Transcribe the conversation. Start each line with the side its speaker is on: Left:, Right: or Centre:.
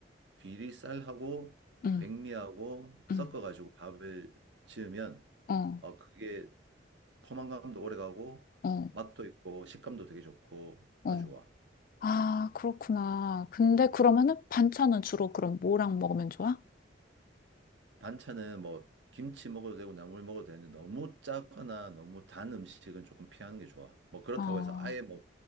Right: 귀리 쌀하고
Left: 응,
Right: 백미하고 섞어가지고
Left: 응,
Right: 밥을 지으면
Left: 어,
Right: 어 그게 포만감도 오래가고
Left: 어,
Right: 맛도 있고 식감도 되게 좋고
Left: 어.
Right: 아주 좋아.
Left: 아 그렇구나. 근데 그러면은 반찬은 주로 그럼 뭐랑 먹으면 좋아?
Right: 반찬은 뭐 김치 먹어도 되고 나물 먹어도 되는데 너무 짜거나 너무 단 음식은 조금 피하는 게 좋아. 뭐 그렇다고
Left: 아,
Right: 해서 아예 뭐